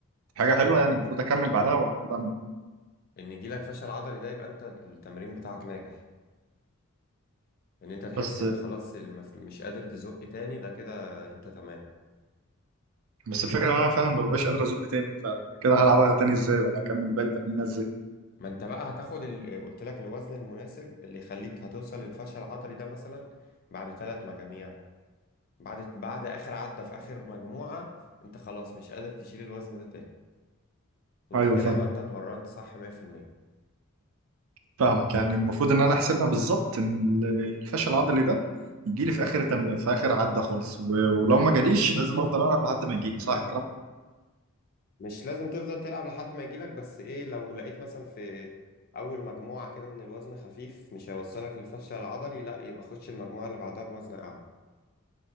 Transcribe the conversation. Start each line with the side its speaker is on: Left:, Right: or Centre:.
Right: حاجه حلوه يعني المفروض اكمل بعدها ولا المفروض اعمل ايه؟
Left: إن يجيلك فشل عضلي ده يبقى أنت التمرين بتاعك ناجح إن أنت تحس
Right: بس
Left: إن خلاص المف- مش قادر تزق تاني ده كده أنت تمام
Right: بس الفكره ان انا فعلا ما ببقاش قادر ازق تاني فكده هلعبها تاني ازاي ولا هكمل باقي التمرين ازاي
Left: ما انت بقى هتاخد ال... قلت لك الوزن المناسب اللي يخليك هتوصل للفشل العضلي ده مثلا بعد ثلاث مجاميع بعد بعد اخر عدة في اخر مجموعة انت خلاص مش قادر تشيل الوزن ده تاني انت
Right: ايوه
Left: كده
Right: فاهم
Left: يبقى انت اتمرنت صح 100%
Right: فاهمك يعني المفروض ان انا احسبها بالظبط ان ال- الفشل العضلي ده يجي لي في اخر تم... في اخر عده خالص و... ولو ما جاليش لازم افضل العب لحد ما يجي لي صح الكلام
Left: مش لازم تفضل تلعب لحد ما يجيلك بس ايه لو لقيت مثلا في اول مجموعة كده ان الوزن خفيف مش هيوصلك للفشل العضلي لا يبقى خش المجموعة اللي بعدها بوزن اعلى